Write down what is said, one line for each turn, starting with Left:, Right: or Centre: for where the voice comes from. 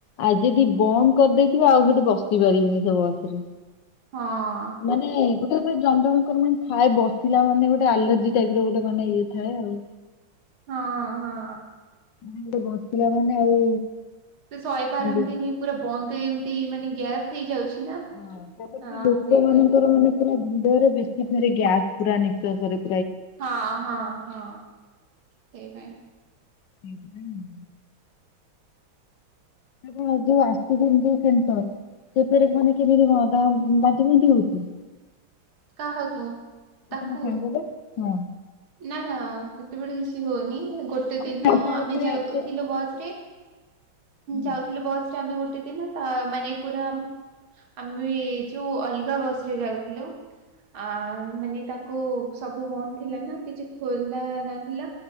Left: ଆଉ ଯଦି ବନ୍ଦ କରିଦେଇଥିବ ଆଉ ସେଠି ବସି ପାରିବିନି ସେ ବସ ରେ।
Right: ହଁ
Left: ମାନେ ଗୋଟେରେ ପୁରା ଜଣ ଜଣଙ୍କର ମାନେ ଥାଏ ବସିଲା ମାନେ ଗୋଟେ ଆଲର୍ଜି ଟାଇପ ର ଗୋଟେ ମାନେ ଇଏ ଥାଏ ଆଉ
Right: ହଁ ହଁ
Left: ମାନେ ଗୋଟେ ବସିଲା ମାନେ ଆଉ
Right: ସେ ସହି ପାରନ୍ତିନି
Left: ମୁଣ୍ଡ
Right: ପୁରା ବନ୍ଦ ଏମତି ମାନେ ଗ୍ୟାସ୍ ହେଇଯାଉଛି ନା
Left: ହଁ ତାପରେ
Right: ହଁ
Left: ବି ଲୋକ
Right: ସେଇପାଇଁ
Left: ମାନଙ୍କର ମାନେ ପୁରା ଭିଡରେ ବେଶୀ ଫେରେ ଗ୍ୟାସ ପୁରା ନିଶ୍ୱାସରେ
Right: ହଁ ହଁ ହଁ ସେଇପାଇଁ
Left: ସେଇଥିପାଇଁ ଆପଣ ଯୋଉ ଆସିଲେଣି ଯୋଉ ସେଣ୍ଟର ସେଥେରେ ମାନେ କେମିତି ହନ୍ତା ବାନ୍ତି ଫାନ୍ତି ହଉଛି
Right: କାହାକୁ
Left: ସେ
Right: ତାକୁ
Left: ତମ ସାଙ୍ଗ ପା ହଁ
Right: ନା ନା ସେତେବେଳେ ବେଶି ହଉନି ଗୋଟେ ଗୋଟେ
Left: ମାନେ
Right: ଦିନ
Left: ଫାଙ୍କା
Right: ଆମେ
Left: ଏଥିରେ
Right: ଯାଉଥିଲୁ
Left: ଆସୁଛନ୍ତି।
Right: ବସ ରେ
Left: ହଁ
Right: ଯାଉଥିଲୁ ବସ ରେ ଆମେ ଗୋଟେ ଦିନ ତ ମାନେ ପୁରା ଆମେ ଯୋଉ ଅଲଗା ବସ ରେ ଯାଉଥିଲୁ। ଆ ମାନେ ତାକୁ ସବୁ ବନ୍ଦ ଥିଲା ନା। କିଛି ଖୋଲା ନଥିଲା